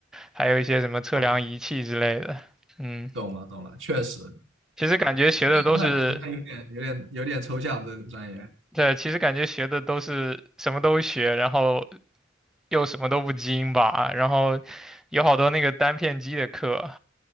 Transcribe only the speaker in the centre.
还有一些什么测量仪器之类的，
嗯，
其实感觉学的都是。
对，其实感觉学的都是什么都学，然后又什么都不精吧，然后有好多那个单片机的课